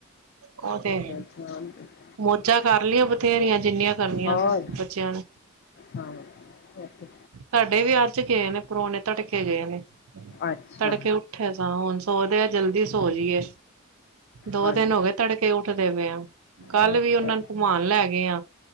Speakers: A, on the right; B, on the left.
A: ਓ ਤੇ ਹੈ ਈ
B: ਹਾਂ
A: ਮੋਜਾਂ ਕਰ ਲੀਆਂ ਬਥੇਰੀਆਂ ਜੀਨੀਆਂ ਕਰਨੀਆਂ
B: ਹੋਰ
A: ਸੀ, ਬੱਚੇਆਂ ਨੇ
B: ਹਾਂ ਐ ਤੇ
A: ਸਾਡੇ ਵੀ ਅੱਜ ਗੇ ਨੇ ਪਰੋਨੇ ਤੜਕੇ ਗਏ ਨੇ,
B: ਅੱਛਾ
A: ਤੜਕੇ ਉ ਠੈ ਸੋਂ ਹੁਣ ਸੋਦੇ ਜਲਦੀ ਸੋ ਜੀਏ ਦੋ
B: ਹਾਂਜੀ
A: ਦੇਨ ਹੋ ਗੇ ਤੜਕੇ ਉੱਠ ਦੇ ਪਏ ਆਂ ਕੱਲ
B: ਅੱਛਾ
A: ਵੀ ਓਨਾਂ ਨੂੰ ਕਮਾਨ ਲੈ ਗਏ ਆ,